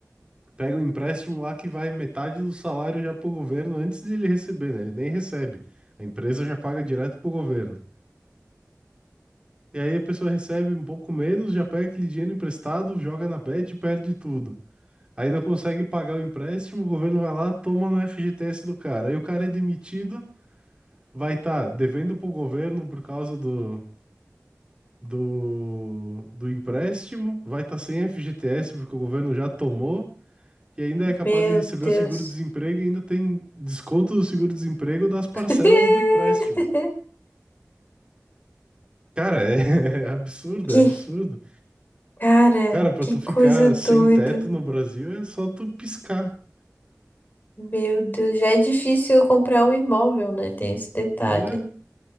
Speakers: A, on the right; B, on the left.
A: Pega um empréstimo lá que vai metade do salário já pro governo antes de ele receber, né? Ele nem recebe. A empresa já paga direto pro governo. E aí a pessoa recebe um pouco menos, já pega aquele dinheiro emprestado, joga na bet e perde tudo. Aí não consegue pagar o empréstimo, o governo vai lá, toma no FGTS do cara. Aí o cara é demitido, vai estar devendo pro governo por causa do, do, do empréstimo, vai estar sem FGTS porque o governo já tomou, e ainda é capaz
B: Meu
A: de receber
B: Deus.
A: o seguro-desemprego e ainda tem desconto do seguro-desemprego das parcelas
B: <laughs>
A: do empréstimo. Cara, é, <laughs> é absurdo,
B: Que,
A: é absurdo.
B: cara,
A: Cara, para
B: que
A: tu
B: coisa
A: ficar
B: doida.
A: sem teto no Brasil é só tu piscar,
B: Meu Deus, já é difícil eu comprar um imóvel, né? Tem esse detalhe.
A: né?